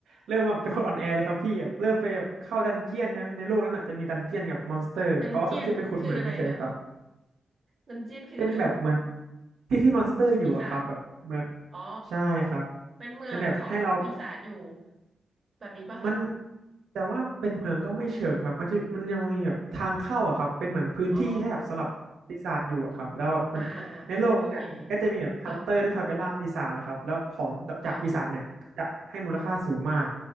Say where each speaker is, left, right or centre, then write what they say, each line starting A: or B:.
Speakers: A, on the right; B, on the right.
A: เริ่มมาเป็นคนอ่อนแอเลยครับพี่แบบเริ่มไปแบบเข้าดันเจียนใช่ไหมในโลกนั้นอ่ะจะมีดันเจียนกับมอนสเตอร์เขาว่าเขาจะไปขุดเหมืองใช่ครับ
B: ดันเจียนคืออะไรคะดันเจียนคืออะไร
A: เป็นแบบเหมือนที่ที่มอนสเตอร์อยู่อะครับแบบเหมือน
B: ปีศาจอ๋อ
A: ใช่ครับ
B: เป็นเมืองของปีศาจอยู่
A: เป็นแบบให้เรา
B: แบบนี้ปะคะ
A: มันแต่ว่าเป็นเมืองก็ไม่เชิงครับมันจะมันยังมีแบบทางเข้าอะครับเป็นเหมือนพื้นที่ให้แบบสำหรับปีศาจอยู่อะครับแล้วแบบมันในโลกนั้นเนี่ยก็จะมีแบบฮันเตอร์ที่คอยไปล่าปีศาจแหละครับแล้วของจากปีศาจเนี่ยก็จะให้มูลค่าสูงมาก
B: อ๋อ อ่าอ่าอ่าโอเคค่ะค่ะ